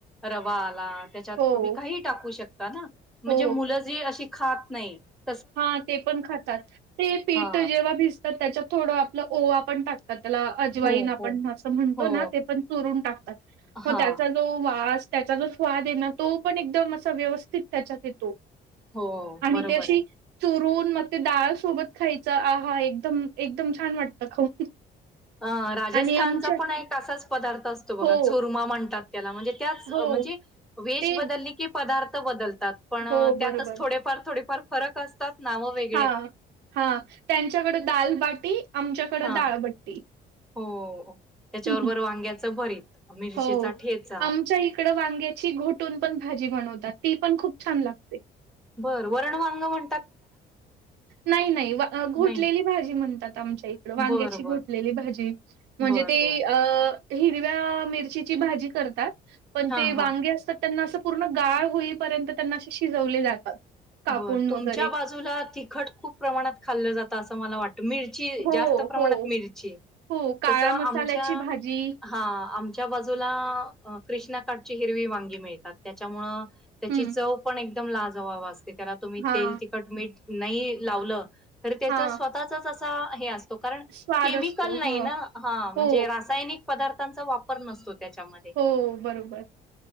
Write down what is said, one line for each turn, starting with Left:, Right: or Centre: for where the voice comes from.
Centre: रवा आला त्याच्यात
Right: हो,
Centre: तुम्ही काहीही टाकू शकता ना? म्हणजे
Right: हो.
Centre: मुलं जी अशी खात नाहीत
Right: हा ते पण खातात ते पीठ
Centre: हा
Right: जेव्हा भिज तात त्याच्यात थोडं आपलं ओवा पण टाकतात त्याला अजवाईन
Centre: हो
Right: आपण
Centre: हो
Right: असं म्हणतो
Centre: हो
Right: ना ते पण चुरून टाकतात मग
Centre: हा
Right: त्याचा जो वास त्याचा जो स्वादय ना तो पण एकदम असा व्यवस्थित त्याच्यात येतो
Centre: हो
Right: आणि
Centre: बरोबर
Right: ते अशी
Centre: आहे
Right: चुरून मग ते डाळ सोबत खायचं आहा! एकदम एकदम छान वाटतं खाऊन
Centre: अ राजस्थानचा
Right: आणि आमच्या
Centre: पण एक असाच पदार्थ असतो बघा
Right: हो,
Centre: चुरमा म्हणतात याला म्हणजे त्याच
Right: हो.
Centre: म्हणजे वेश
Right: ते
Centre: बदली की पदार्थ बदलतात पण
Right: हो बरोबर.
Centre: त्यातच थोडे फार थोडेफार फरक असतात नाव वेग
Right: हा हा त्यांच्याकडें दालबाटी आमच्याकडें
Centre: हा
Right: दाळबट्टी
Centre: हो त्याच्याबरोबर
Right: <inaudible>
Centre: वांग्याचं भरीत मिरचीचा
Right: हो
Centre: ठेचा
Right: आमच्या इकड वांग्याची घोट टून पण भाजी बनवतात ती पण खूप छान लागते.
Centre: बरं वरण वांग म्हण
Right: नाही नाही वा घोटलेली
Centre: नाही
Right: भाजी म्हणतात आमच्या इ वांग्याची
Centre: बर
Right: घोटलेली
Centre: बर
Right: भाजी म्हणजे
Centre: बर
Right: ते
Centre: बर
Right: अ हिरव्या मिरचीची भाजी करतात पण
Centre: हा
Right: ते
Centre: हा
Right: वांगे असतात त्यांना असं पूर्ण गाळ होईपर्यंत त्यांना असे शिजवले जातात. कापून
Centre: बर तुमच्या
Right: वगैरे.
Centre: बाजूला तिखट खूप प्रमाणात खाल्लं जातं असं मला वाटत मिर ची
Right: हो
Centre: जास्त प्रमाणात
Right: हो
Centre: मिरची
Right: हो काळ्या
Centre: तस आमच्या
Right: मसाल्याची भाजी
Centre: हा आमच्या बाजूला कृष्णाकाठची हिरवी वांगी मिळतात त्याच्यामुळं त्याची
Right: हं.
Centre: चव पण एकदम लाजवाब असते त्याला तुम्ही
Right: हां
Centre: तेल तिखट मीठ नई लावलं तरी त्याचा
Right: हां.
Centre: स्वतःचाच असा हे असतो कारण
Right: स्वाद
Centre: केमिकल
Right: असतो.
Centre: नाही
Right: हं.
Centre: ना हा म्हणजे
Right: हो
Centre: रासायनिक पदार्थांचा वापर नसतो त्याच्याम
Right: हो बरोबर